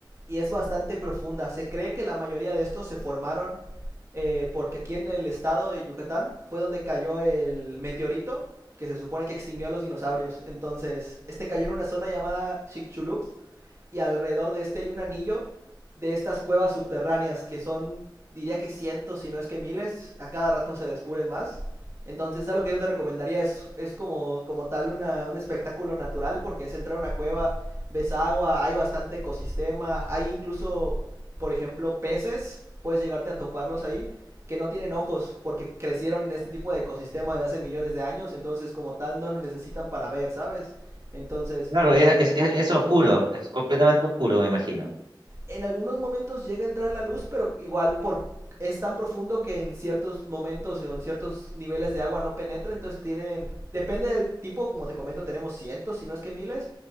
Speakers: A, on the right (about 35°); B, on the right (about 70°).
A: y es bastante profunda. Se cree que la mayoría de estos se formaron eh, porque aquí en el estado de Yucatán fue donde cayó el meteorito que se supone que extinguió a los dinosaurios. Entonces, este cayó en una zona llamada Chicxulub y alrededor de este hay un anillo de estas cuevas subterráneas que son, diría que cientos, si no es que miles, a cada rato se descubren más. Entonces, a lo que yo te recomendaría es, es como, como tal una, un espectáculo natural, porque es entrar a una cueva, ves agua, hay bastante ecosistema, hay incluso, por ejemplo, peces, puedes llegarte a toparlos ahí, que no tienen ojos, porque crecieron en este tipo de ecosistema desde hace millones de años, entonces como tal no lo necesitan para ver, ¿sabes? Entonces,
B: Claro, es, es, es- es oscuro, es completamente oscuro, me imagino.
A: en algunos momentos llega a entrar la luz, pero igual por es tan profundo que en ciertos momentos o en ciertos niveles de agua no penetra, entonces tienen depende del tipo, como te comento, tenemos cientos, si no es que miles.